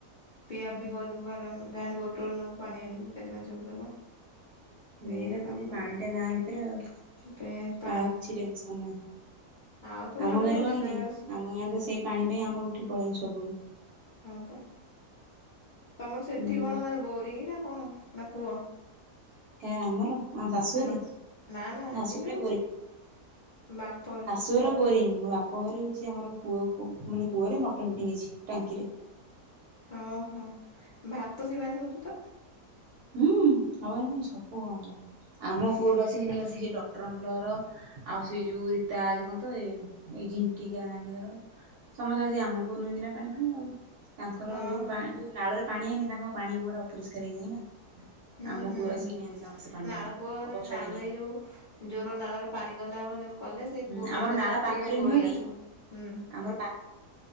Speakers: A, on the left; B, on the right.
A: ପିଆ
B: ହୁଁ
A: ପିଇ
B: ହୁଁ।
A: କରିବୁ ଯାହାହେନେ ବୋଟଲ ନେବୁ ପାଣି ଆଣିବୁ ଚାରି ପାଞ୍ଚ ବୋତଲ।
B: ମେନ
A: ଏଇଆ କାମ
B: ତ ପାଣି ଟା ଗାଁ ଭିତରେ ଆଉ
A: ପେ ପାଣି
B: ଆଉ କିଛି ଟେନସନ ନାହିଁ।
A: ଆଉ ତ ଛାଡ
B: ଆମ ଗାଁରେ
A: ରୋଷେଇବାସ
B: କଣ କି ଆମ ଗାଁରେ ତ ସେଇ ପାଣି ପାଇଁ ଆମର ଉଠି ପଳେଇ ଆସିଲୁ ସବୁ।
A: ହଁ ପା ତମର ସେଠି
B: ଉଁ
A: କଣ ମାନେ ବୋରିଙ୍ଗି ନା କଣ ନା କୁଅ।
B: କାହାର ଆମର ଆମ ଶାଶୁଘରେ
A: ହଁ ନା ନା
B: ଶାଶୁଘରେ
A: ଏ ଯୋଉ ବାପ ଘରେ
B: ତୋର ବୋରିଂ। ମୋ ବାପ ଘରେ ହଉଛି ଆମର କୂଅ ମାନେ କୂଅରେ ମଟର ଫିଟିଙ୍ଗ ହେଇଚି। ଟାଙ୍କିରେ।
A: ହଁ ହ ଭାତ ସେ ପାଣିରେ ହଉଚି ତ?
B: ହୁଁ ହବନି କି ମାଇଁ? ସବୁ ହବ। ଆମର ଆମ କୂଅରୁ ଆସିକି ନିଅନ୍ତି ସେଇ ଡକ୍ଟର ଅଙ୍କଲ ହର। ଆଉ ସେଇ ଯୋଉ ରୀତା ଯୋ କଣ ତ ଏ ଏଇ ଝିଙ୍କିକା ନାନୀହର। ସମସ୍ତେ ଆସି ଆମ କୂଅରୁ ନିଅନ୍ତି ନାଁ ପାଣି ଫାଣି ଆଉ। ତାଙ୍କର
A: ଓହୋ
B: ଯୋଉ ପା ଯୋଉ ନାଳରେ ପାଣି ହେଇନି ତାଙ୍କ ପାଣି କୂଅଟା ପୁରା ଅପରିଷ୍କାର ହେଇଯାଏ ନା।
A: ହୁଁ
B: ଆମ
A: ହୁଁ।
B: କୂଅରୁ ଆସିକି ନିଅନ୍ତି ସମସ୍ତେ ପାଣି
A: ନାଳ
B: ଫାଣି
A: କୂଅରେ
B: ଆଉ ବର୍ଷା
A: ନାଳରେ
B: ଦିନିଆ।
A: ଏଇ ଯୋଉ ଜୋର ନାଳରେ ପାଣି ଗଲାବ କଲେ ସେ
B: ହୁଁ
A: କୂଅ
B: ଆମର
A: ପାଣିଟା
B: ନାଳ
A: ଯାହେନେ
B: ପାଖରେ
A: ଟିକେ ଗୋଳିଆ
B: ନୁହଁ କି
A: ଥିବ। ହୁଁ।
B: ଆମର